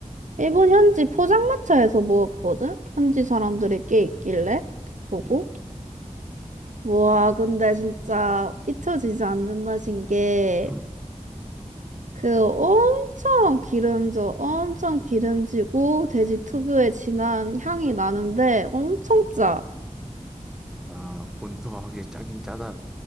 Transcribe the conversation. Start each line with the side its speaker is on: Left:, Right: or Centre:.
Right: 일본 현지 포장마차에서 먹었거든? 현지 사람들이 꽤 있길래 보고.
Centre: 음.
Right: 와, 근데 진짜 잊혀지지 않는 맛인 게
Centre: <laughs>
Right: 그 엄청 기름져, 엄청 기름지고 돼지 특유의 진한 향이 나는데 엄청 짜.
Centre: 아, 본토가 확실히 짜긴 짜다.